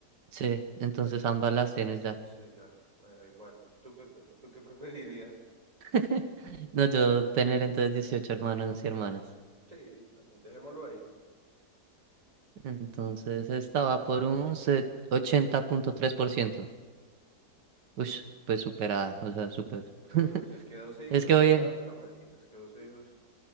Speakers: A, on the right; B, on the right.
A: sí, entonces
B: Eh,
A: ambas las tienes ya.
B: sí, ya, me da igual. ¿Tú qué, tú qué preferirías?
A: <laughs> No, yo tener entonces 18 hermanos y hermanas.
B: Sí, también dejémoslo ahí.
A: Entonces estaba por un se- 80.3%. Uy, pues superada, o sea, super.
B: Re
A: <laughs>
B: duro. Si es que 12 hijos
A: Es que hoy
B: es
A: en-
B: harto, marica. Es que 12 hijos